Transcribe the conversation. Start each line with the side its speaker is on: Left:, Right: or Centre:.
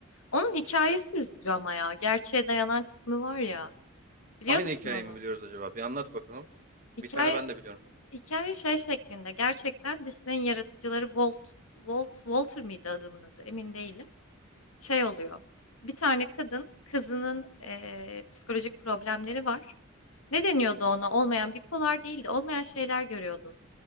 Left: Onun hikayesi üzücü ama ya. Gerçeğe dayanan kısmı var ya. Biliyor
Right: Aynı
Left: musun
Right: hikayeyi
Left: onu?
Right: mi biliyoruz acaba? Bir anlat bakalım.
Left: Hikaye
Right: Bir tane ben de biliyorum.
Left: Hikaye şey şeklinde gerçekten Disney'in yaratıcıları Walt, Walt, Walter mıydı adamın adı emin değilim. Şey oluyor bir tane kadın kızının eee, psikolojik problemleri var. Ne deniyordu ona olmayan bipolar değildi olmayan şeyler görüyordu.